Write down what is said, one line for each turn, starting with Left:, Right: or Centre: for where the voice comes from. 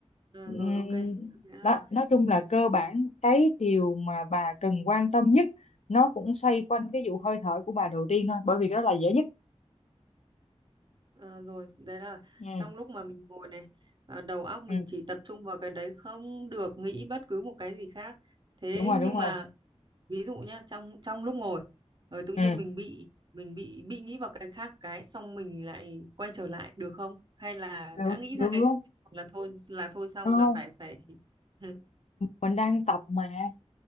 Right: à,
Left: Ừm,
Right: rồi ok nghĩa là
Left: đó, nói chung là cơ bản cái điều mà bà cần quan tâm nhất nó cũng xoay quanh cái vụ hơi thở của bà đầu tiên thôi bởi vì đó là dễ nhất
Right: Ờ, rồi đấy là
Left: ừ,
Right: trong lúc mà mình ngồi này ờ, đầu óc mình
Left: ừ,
Right: chỉ tập trung vào cái đấy không được nghĩ bất cứ một cái gì khác thế
Left: đúng rồi
Right: nhưng
Left: đúng rồi
Right: mà ví dụ nhá trong trong lúc ngồi ờ, tự nhiên
Left: ừ,
Right: mình bị mình bị bị nghĩ vào cái khác cái xong mình lại quay trở lại được không hay là
Left: được
Right: đã nghĩ
Left: được
Right: ra cái
Left: luôn
Right: khác là thôi là thôi xong
Left: không
Right: là phải phải <laughs>
Left: mình đang tập mà